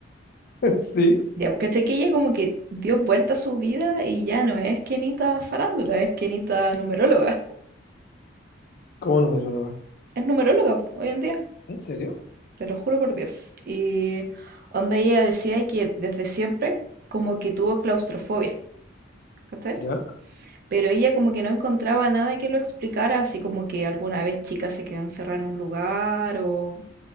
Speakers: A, on the left (about 50°); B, on the right (about 50°).
A: Sí,
B: Ya, porque cachai que ella como que dio vuelta a su vida y ya no es Kenita farándula, es Kenita numeróloga.
A: como numeróloga.
B: Es numeróloga po, hoy en día.
A: ¿En serio?
B: Te lo juro por Dios. Y onda ella decía que desde siempre como que tuvo claustrofobia, ¿cachai?
A: ¿Ya?
B: Pero ella como que no encontraba nada que lo explicara, así como que alguna vez chica se quedó encerrada en un lugar o